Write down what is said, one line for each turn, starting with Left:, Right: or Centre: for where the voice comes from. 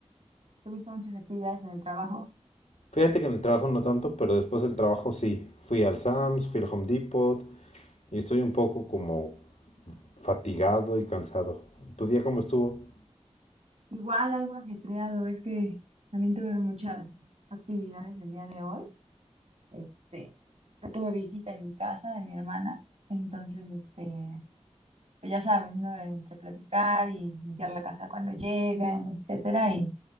Right: Tuviste muchas actividades en el trabajo.
Left: Fíjate que en el trabajo no tanto, pero después del trabajo sí. Fui al Sam's, fui al Home Depot y estoy un poco como fatigado y cansado. ¿Tu día cómo estuvo?
Right: Igual algo ajetreado, es que también tuve muchas actividades el día de hoy. Este, tuve visita en mi casa de mi hermana, entonces, este, pues ya sabes, ¿no? Entre platicar y limpiar la casa cuando llegan, etcétera, y